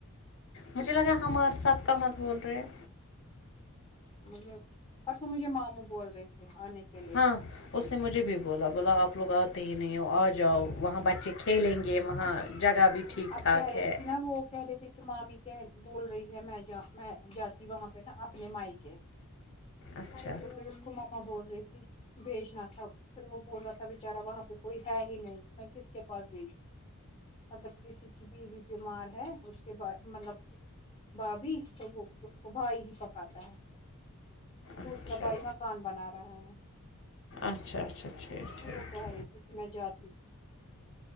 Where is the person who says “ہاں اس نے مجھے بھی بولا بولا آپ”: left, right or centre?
Left